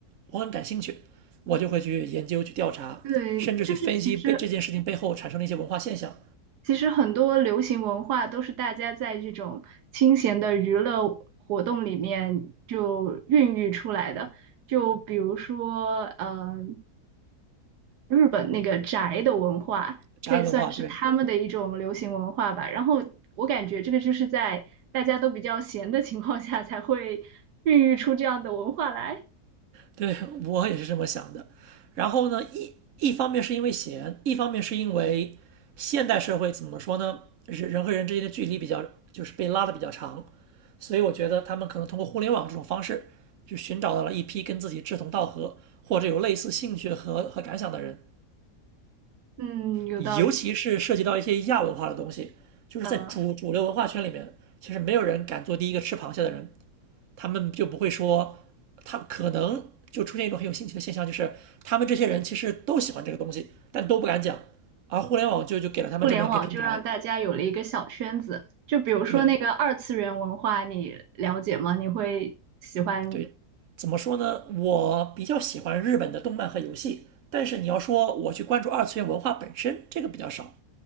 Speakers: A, on the right; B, on the right.
A: 我很感兴趣，我就会去研究去调查，
B: 对，
A: 甚至去分析被这件事情背后产生的一些文化现象，
B: 就是其实其实很多流行文化都是大家在这种清闲的娱乐活动里面就孕育出来的。就比如说，嗯、日本那个宅的文化，
A: 宅文化对。
B: 可以算是他们的一种流行文化吧。然后我感觉这个就是在大家都比较闲的情况下才会孕育出这样的文化来。
A: 对我也是这么想的。然后呢，一一方面是因为闲，一方面是因为现代社会怎么说呢？人人和人之间的距离比较就是被拉的比较长，所以我觉得他们可能通过互联网这种方式，就寻找到了一批跟自己志同道合或者有类似兴趣和和感想的人，
B: 嗯，有道理。
A: 尤其是涉及到一些亚文化的东西，就是在主主流文化圈里面，
B: 呃，
A: 其实没有人敢做第一个吃螃蟹的人，他们就不会说，他可能就出现一种很有新奇的现象，就是他们这些人其实都喜欢这个东西，但都不敢讲，而互联网就就给了他们这么一个平台。
B: 互联网就让大家有了一个小圈子。就比如说那个二次元文化，
A: 对
B: 你了解吗？你会喜欢？
A: 对，怎么说呢？我比较喜欢日本的动漫和游戏，但是你要说我去关注二次元文化本身，这个比较少。